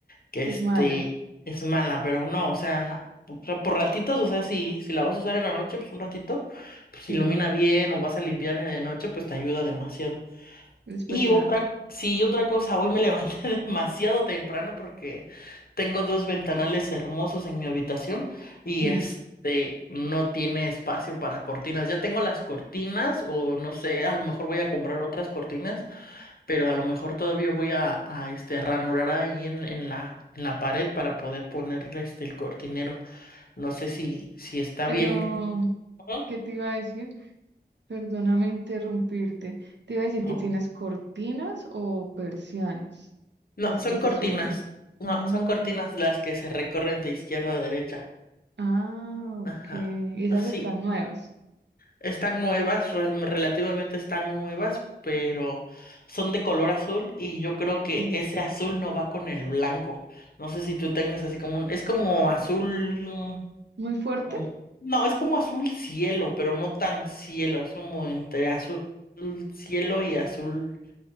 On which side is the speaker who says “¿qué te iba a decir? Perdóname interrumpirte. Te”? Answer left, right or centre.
Right